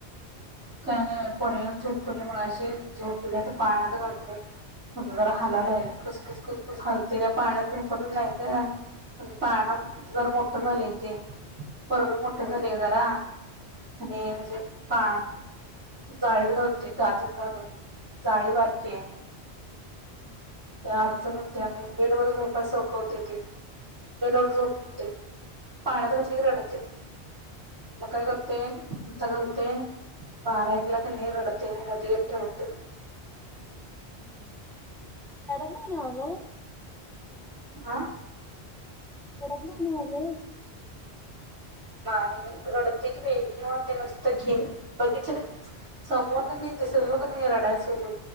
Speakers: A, on the right; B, in the centre.
A: का ग पोरग्याला झोपवलंय मगाशी झोपलाय तो पाळण्यात घालतो जरा हाललंय खुसखुस खुसखुस हालतोय पाळण्यात झोपत नाही ग म्हण पाळणा जर मोठं झालंय ते पोरगं मोठ झाल ग जरा. आणि... म्हणजे पा जाळीत गावते गातत गा जाळी बारकी हाय
B: हम्म.
A: त्या अडचण होत्या मग बेडवर झोपाय सोप्पं होते ते बेडवर झोपते... पाळण्यात घातली की रडते मग काय करते, आता का <unintelligible> बारा एकला का नई रडते, मध्ये एकदा उठते
B: <unintelligible>
A: आ?
B: रडत नाही नव लई?
A: नाही रडत. रडते की बाई घे म्हणते मस्त बघितलं की समोर दिसलो कणी नाही रडाय सुरू